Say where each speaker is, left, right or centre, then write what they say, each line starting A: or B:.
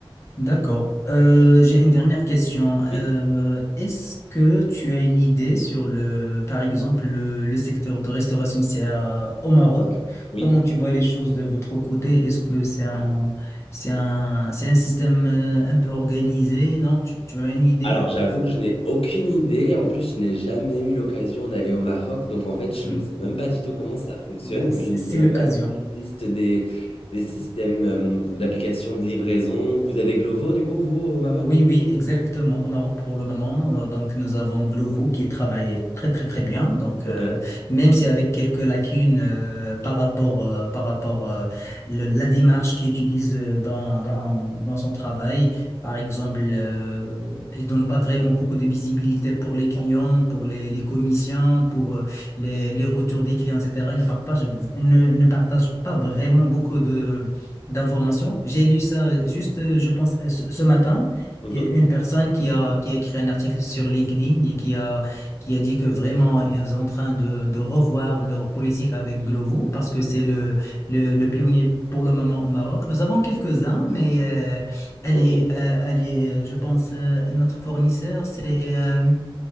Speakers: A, on the left (about 30°); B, on the left (about 85°).
A: D'accord. Euh, j'ai une dernière question. Euh,
B: Oui,
A: est-ce que tu as une idée sur le, par exemple, le, le secteur de restauration ici à- au Maroc?
B: oui.
A: Comment tu vois les choses de votre côté? Est-ce que c'est un, c'est un, c'est un système euh, un peu organisé? Non, tu, tu as une idée?
B: Alors, j'avoue que je n'ai aucune idée. En plus, je n'ai jamais eu l'occasion d'aller au Maroc. Donc, en fait, je
A: Hmm.
B: ne sais même pas du tout comment ça fonctionne.
A: Bon, bah, c'est
B: Je ne
A: c'est
B: sais même
A: l'occasion.
B: pas s'il existe des, des systèmes euh, d'application de livraison. Vous avez Glovo, du coup, vous, au Maroc?
A: Oui, oui, exactement. Au Maroc, pour le moment, euh, donc nous avons Glovo qui travaille très, très, très bien. Donc,
B: Ok.
A: euh, même si avec quelques lacunes euh, par rapport, euh, par rapport euh, le- la démarche qu'il utilise euh, dans, dans, dans son travail, par exemple, euh, il donne pas vraiment beaucoup de visibilité pour les clients, pour les, les commissions, pour euh, les, les retours des clients, etc. Il ne partage, il ne, ne partage pas vraiment beaucoup de d'informations. J'ai lu ça juste, euh, je pense, euh, ce ce matin.
B: Mhm.
A: Il y a une personne qui a, qui a écrit un article sur LinkedIn et qui a, qui a dit que vraiment, ils sont en train de, de revoir leur politique avec Glovo parce que c'est le, le, le pionnier pour le moment au Maroc. Nous avons quelques-uns, mais euh, elle
B: Ok.
A: est, euh, elle est, je pense, euh, notre fournisseur, c'est euh,